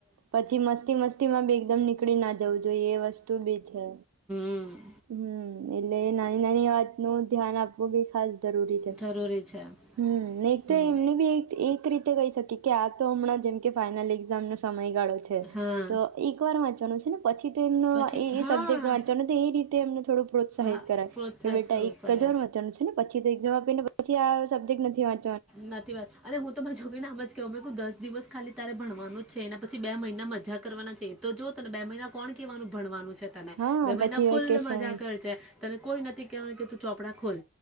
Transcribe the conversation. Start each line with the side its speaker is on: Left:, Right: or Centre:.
Right: પછી મસ્તી મસ્તી માં બી એકદમ નીકળી ના જવું જોઈ એ વસ્તુ બી છે.
Centre: હં
Right: હં, એને નાની નાની વાતનું. ધ્યાન આપવુ બી ખાસ. જરૂરી છે
Centre: જ જરૂરી છે
Right: હ નહિ
Centre: હમ
Right: તો એમને બી એ એક રીત તો કહી શકી કે આ તો હમણાં જેમ કે ફાાઈનલ એક્ઝામ નો સમય. ગાળો છે
Centre: હા
Right: તો એક વાર વાંચ ચલો છે ને પછી તો એમનો
Centre: પછી
Right: એ એ
Centre: હા
Right: સબ્જેક્ટ વાંચવા નો તો એ રીત થોડું પ્રોત્સાહિત
Centre: હા
Right: કરાય
Centre: પ્રોત્સાહિત
Right: કે બેટા
Centre: કરવું
Right: એક
Centre: પડે
Right: જ વાર વાંચવાનું છે ને. પછી તો એક્ઝામ આપીને પછી આ સબ્જેક નથી વા
Centre: નથી વાંચવાનો અને હું તો મારી છોકરી ને એમ જ કહું મેં કીધું દસ દિવસ ખાલી ત્યારે ભણવાનું જ છે એના પછી બે મહિના મજા કરવાના છે તો જો તને બે મહિના કોણ કેહેવાનું ભણવાનું. છે તને
Right: હા
Centre: બે મહિના
Right: પછી
Centre: ફૂલ
Right: વેકેશન
Centre: મજા કરે છે તને કોઈ નથી કેહેવાનું કે તું ચોપડા ખોલ.